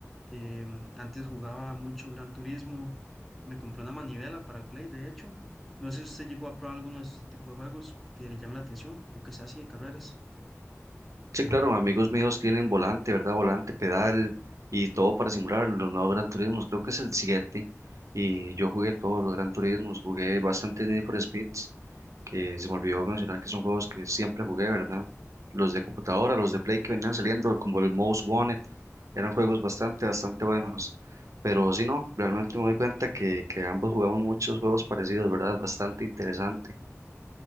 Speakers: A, in the centre; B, on the right.
A: Em, antes jugaba mucho Gran Turismo, me compré una manivela para el Play, de hecho. No sé si usted llegó a probar alguno de este tipo de juegos que le llame la atención o que sea así de carreras.
B: Sí, claro, amigos míos tienen volante, ¿verdad? Volante, pedal y todo para simular los nuevos Gran Turismos. Creo que es el 7 y yo jugué todos los Gran Turismos, jugué bastante Need for Speeds, que se me olvidó mencionar que son juegos que siempre jugué, ¿verdad? Los de computadora, los de Play que venían saliendo, como el Most Wanted, eran juegos bastante, bastante buenos. Pero sí, no, realmente me doy cuenta que, que ambos jugamos muchos juegos parecidos, ¿verdad? Bastante interesante.